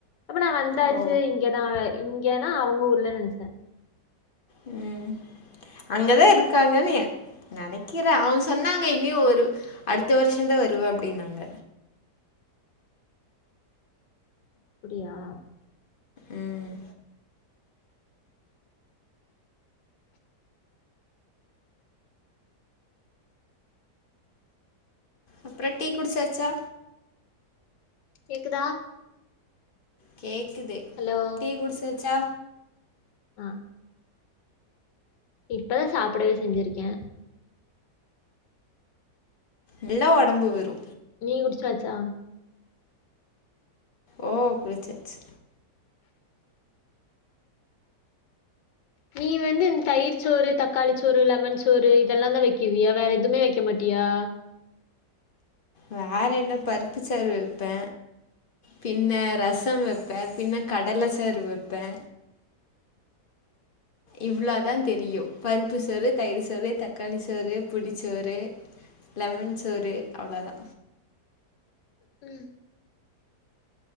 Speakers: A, on the left; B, on the left.
A: அப்ப நா வந்தாச்சு
B: ஓ
A: இங்கதா இங்கனா அவங்க ஊர்லனு நெனச்சே.
B: உம் அங்கதா இருக்காங்கனு எ நெனைக்கிற அவங்க சொன்னாங்க இன்யு ஒரு அடுத்த வருஷந்தா வருவ அப்டினாங்க.
A: அப்பிடியா
B: ம் அப்பறோ டீ குடிச்சாச்சா?
A: கேக்குதா?
B: கேக் குது
A: ஹலோ.
B: டீ குடிச்சாச்சா?
A: ஆ இப்பதா சாப்படவே செஞ்சிருக்கே.
B: நல்லா ஒடம்பு வரு.
A: நீ குடிச்சாச்சா?
B: ஓ குடிச்சாச்சு.
A: நீ வந்து இந்த தயிர் சோறு தக்காளி சோறு லெமன் சோறு இதெல்லாந்தா வெக்குவியா வேற எதுமே வெக்க மாட்டியா?
B: வேற என்ன பருப்பு சோறு வப்பே பின்ன ரசோ வப்பே பின்ன கடல சோறு வப்பே இவ்ளாதா தெரியு பருப்பு சோறு தயிர் சோறு தக்காளி சோறு புளி சோறு லெமன் சோறு அவ்ளவுதா
A: ம்